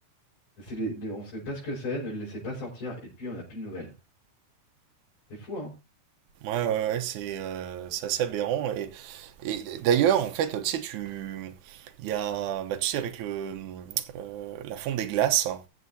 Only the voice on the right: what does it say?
Ouais, ouais, ouais, c'est euh, c'est assez aberrant. Et, et d'ailleurs, en fait, tu sais, tu. Il y a. Bah, tu sais, avec le, euh, la fonte des glaces, hein,